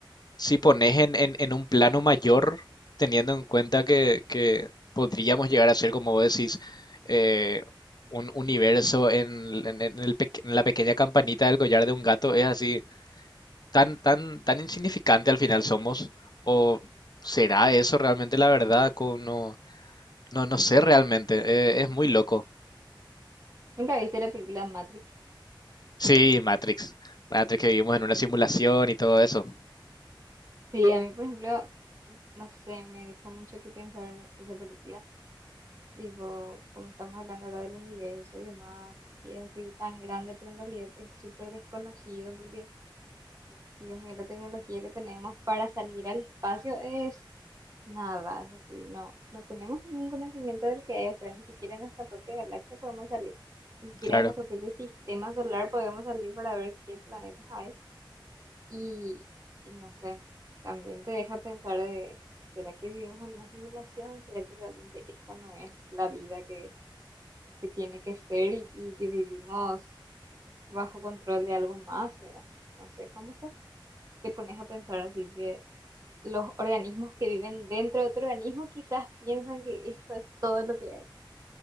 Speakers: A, on the left; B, on the right.
A: si pones en, en, en un plano mayor, teniendo en cuenta que, que podríamos llegar a ser, como vos decís, eh, un universo en, en- en el pe- en la pequeña campanita del collar de un gato, es así, tan, tan, tan insignificante al final somos, o será eso realmente la verdad, Co- no, no, no sé realmente, eh, es muy loco.
B: ¿Nunca viste la película Matrix?
A: Sí, Matrix. Matrix que vivimos en una simulación y todo eso.
B: Sí, a mí, por ejemplo, no sé, me dejó mucho que pensar esa película. Digo, como estamos hablando ahora del universo y demás, y que es así tan grande, pero en realidad es súper desconocido porque Dios mío, la tecnología que tenemos para salir al espacio es nada, es decir, no, no tenemos ningún conocimiento de lo que hay afuera, ni siquiera en nuestra propia galaxia podemos salir, ni siquiera
A: Claro.
B: en nuestro propio sistema solar podemos salir para ver qué planetas hay. Y, y no sé, también te deja pensar de, ¿será que vivimos en una simulación? ¿Será que realmente esta no es la vida que, que tiene que ser y, y que vivimos bajo control de algo más, ¿verdad? No sé, famoso te pones a pensar así que los organismos que viven dentro de otro organismo quizás piensan que eso es todo lo que hay.